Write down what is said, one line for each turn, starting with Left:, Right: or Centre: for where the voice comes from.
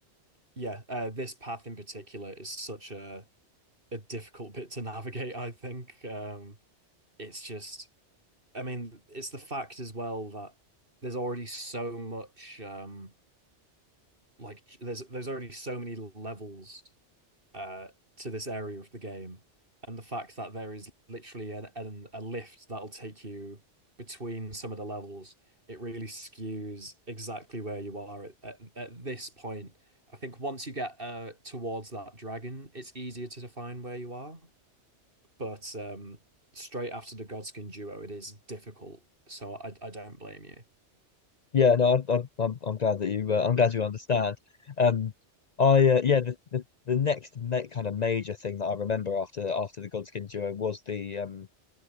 Right: Yeah, uh, this path in particular is such a a difficult bit to navigate, I think. Um, it's just, I mean, it's the fact as well that there's already so much, um, like there's there's already so many levels uh to this area of the game, and the fact that there is literally an, an a lift that'll take you between some of the levels, it really skews exactly where you are at, at, at this point. I think once you get uh towards that dragon, it's easier to define where you are. But um, straight after the Godskin duo, it is difficult. So I, I don't blame you.
Left: Yeah, no, I, I, I'm I'm glad that you uh, I'm glad you understand. Um, I uh, yeah, the, the the next ma kind of major thing that I remember after after the Godskin duo was the um